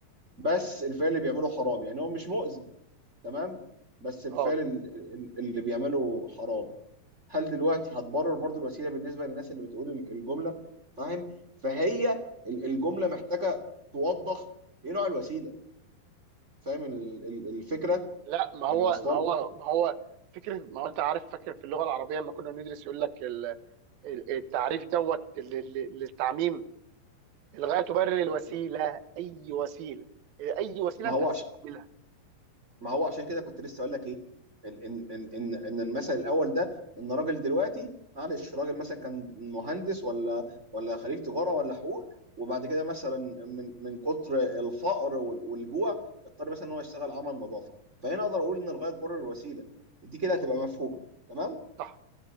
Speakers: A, on the right; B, on the right.
A: بس الفعل اللي بيعمله حرام يعني هو مش مؤذي تمام بس الفعل
B: اه
A: ال- ال- اللي بيعمله حرام هل دلوقتي هتبرر برضو الوسيله بالنسبه للناس اللي بتقول ال- الجمله فاهم فهي ال- الجمله محتاجه توضح ايه نوع الوسيله فاهم ال- ال- الفكره
B: لا ما هو
A: يعني واصله
B: ما هو ما هو فكره ما هو انت عارف فاكر في اللغه العربيه لما كنا بندرس يقول لك ال- ال- التعريف دوت لل- لل- للتعميم الغايه تبرر الوسيله
A: ل-
B: اي وسيله اي وسيله
A: ما
B: انت
A: هو
B: هتستعملها
A: عشان ما هو عشان كده كنت لسه اقول لك ايه ان ان ان ان إن المثل الاول ده ان راجل دلوقتي معلش راجل مثلا كان مهندس ولا ولا خريج تجاره ولا حقوق وبعد كده مثلا من من كتر الفقر وال- والجوع اضطر مثلا ان هو يشتغل عمل نظافه فهنا اقدر اقول ان الغايه تبرر الوسيله دي كده هتبقى مفهومه تمام
B: صح